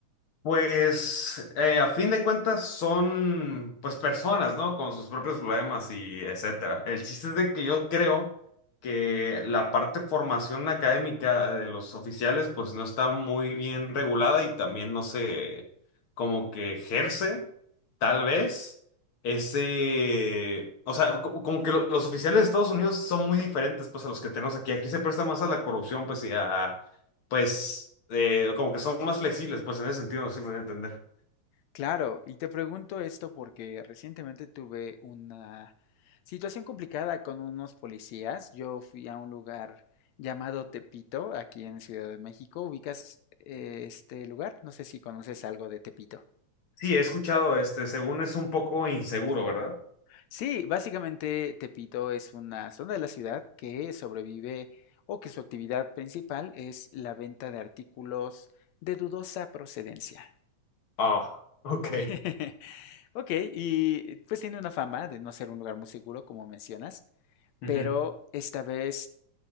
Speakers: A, on the left; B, on the left.
A: Pues eh, a fin de cuentas son pues personas, ¿no? Con sus propios problemas y etcétera. El chiste es de que yo creo que la parte formación académica de los oficiales pues no está muy bien regulada y también no se como que ejerce tal vez ese, o sea, co- como que lo- los oficiales de Estados Unidos son muy diferentes pues a los que tenemos aquí. Aquí se presta más a la corrupción pues y a pues eh, como que son más flexibles, pues en ese sentido no sé si me voy a entender.
B: Claro, y te pregunto esto porque recientemente tuve una situación complicada con unos policías. Yo fui a un lugar llamado Tepito, aquí en Ciudad de México. ¿Ubicas eh, este lugar? No sé si conoces algo de Tepito.
A: Sí, he escuchado, este, según es un poco inseguro, ¿verdad?
B: Sí, básicamente Tepito es una zona de la ciudad que sobrevive o que su actividad principal es la venta de artículos de dudosa procedencia.
A: Ah, ok.
B: <laughs> Ok, y pues tiene una fama de no ser un lugar muy seguro, como mencionas,
A: Ujú,
B: pero esta vez